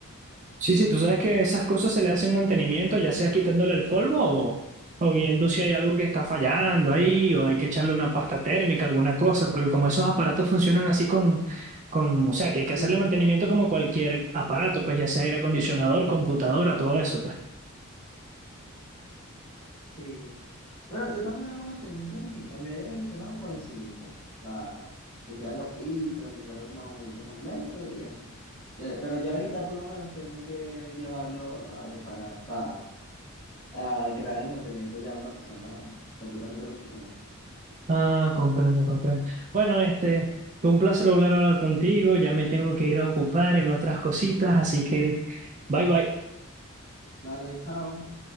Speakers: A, on the right; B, on the left.
A: Sí, sí, tú sabes que esas cosas se le hacen mantenimiento, ya sea quitándole el polvo o, o viendo si hay algo que está fallando ahí o hay que echarle una pasta térmica, alguna cosa, porque como esos aparatos funcionan así con, con, o sea, que hay que
B: Sí,
A: hacerle mantenimiento como cualquier aparato, pues ya sea aire acondicionador, computadora, todo eso, pues.
B: sí. Bueno, yo también le hago mantenimiento a mi, a mi aire acondicionado por encimita. O sea, limpiar los filtros, limpiar los más o menos completos y eso. Eh, Pero ya ahorita por lo menos tengo que llevarlo a reparar, o sea, a que le haga el mantenimiento ya a una persona completamente profesional.
A: Ah, comprendo, comprendo. Bueno, este, fue un placer volver a hablar contigo, ya me tengo que ir a ocupar en otras cositas, así que bye bye.
B: Vale, chao.